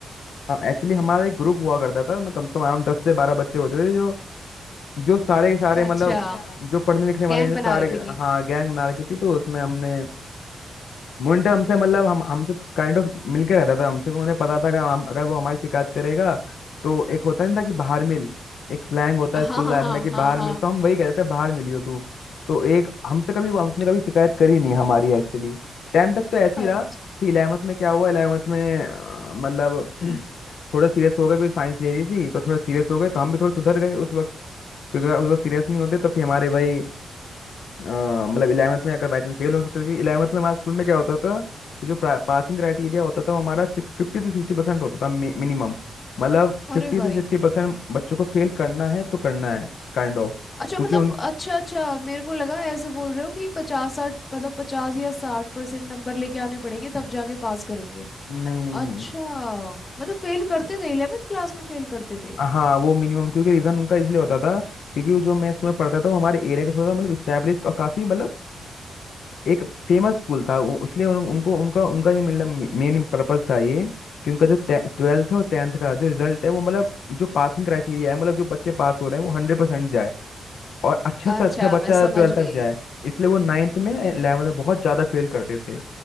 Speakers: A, on the left; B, on the left.
A: एक्चुअली हमारा एक ग्रुप हुआ करता था मैं कम से कम हम दस से बारह बच्चे होते थे जो जो सारे के सारे
B: अच्छा
A: मतलब जो पढ़ने लिखने वाले
B: गैंग
A: थे
B: बना
A: सारे
B: रखी थी
A: हाँ गैंग बना रखी थी तो उसमें हमने मुंटा हमसे मतलब हम हमसे काइंड ऑफ मिलके रहता था हमसे उन्हें पता था कि हम अगर वो हमारी शिकायत करेगा तो एक होता नहीं था कि बाहर मिल एक स्लैंग होता
B: हाँ
A: है स्कूल
B: हाँ
A: लाइफ
B: हाँ
A: में कि
B: हाँ
A: बाहर
B: हाँ
A: मिल तो हम वही कहते थे बाहर मिली हो तू तो एक हमसे कभी वो- उसने कभी शिकायत करी नहीं हमारी एक्चुअली टेंथ तक तो ऐसे
B: अ-
A: ही रहा फिर इलेवंथ में क्या हुआ इलेवंथ में अ, मतलब <clears throat> थोड़ा सीरियस हो गए क्योंकि साइंस ले रही थी तो थोड़ा सीरियस हो गए तो हम भी थोड़ा सुधर गए उस वक्त क्योंकि अगर उस वक्त सीरियस नहीं होते तो फिर हमारे भाई अ, मतलब इलेवंथ में अगर बाई चांस फेल हो सकता था क्योंकि इलेवंथ में हमारे स्कूल में क्या होता था कि जो पासिंग क्राइटेरिया होता था वो हमारा सिक्स फिफ्टी से सिक्सटी परसेंट होता था मिनिमम मतलब फिफ्टी
B: अरे भाई
A: से सिक्सटी परसेंट बच्चों को फेल करना है तो करना है काइंड ऑफ
B: अच्छा
A: क्योंकि
B: मतलब
A: उन
B: अच्छा अच्छा मेरे को लगा ऐसे बोल रहे हो कि पचास साठ मतलब पचास या साठ परसेंट नंबर लेके आने पड़ेंगे तब जाके पास करेंगे
A: नहीं नहीं
B: अच्छा
A: नहीं
B: मतलब फेल करते थे इलेवेंथ क्लास में फेल करते थे
A: हाँ वो मिनिमम क्योंकि रीज़न उनका इसलिए होता था क्योंकि वो जो मैं स्कूल में पढ़ता था वो हमारे एरिया का थोड़ा सा मतलब स्टैब्लिश और काफ़ी मतलब एक फेमस स्कूल था वो- इसलिए उन, उनको उनका उनका ये मतलब मेन पर्पस था ये कि उनका जो ट्वेल्थ और टेंथ का जो रिजल्ट है वो मतलब जो पासिंग क्राइटेरिया है मतलब जो बच्चे पास हो रहे हैं वो हंड्रेड परसेंट जाए और अच्छा से
B: अच्छा
A: अच्छा बच्चा
B: मैं समझ
A: ट्वेल्थ
B: गई
A: तक जाए इसलिए वो नाइन्थ में इलेवंथ में बहुत ज्यादा फेल करते थे